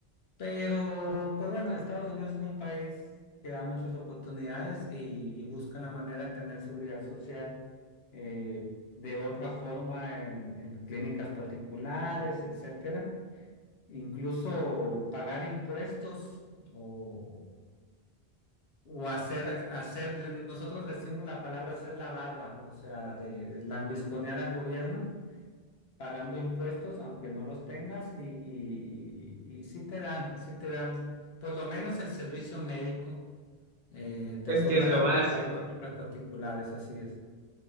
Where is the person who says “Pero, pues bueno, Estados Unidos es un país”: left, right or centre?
Left